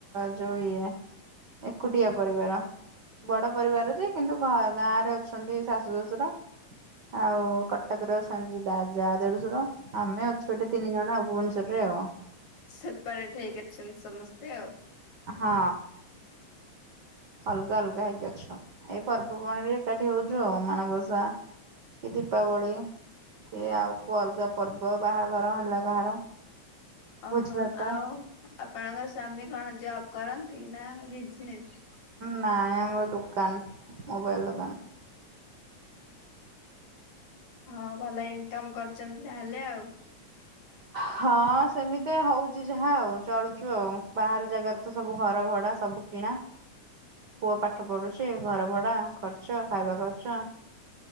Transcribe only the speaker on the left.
ସେପାରେ ଠ ଅଛନ୍ତି ସମସ୍ତେ ଆଉ।
ଓହୋ
ଆଉ ଆପଣଙ୍କ ସ୍ଵାମୀ କଣ ଜବ କରନ୍ତି ନା ବିଜନେସ୍? <inaudible>
ହଁ ଭଲ ଇନକମ କରିୁଛନ୍ତି ତାହେଲେ ଆଉ।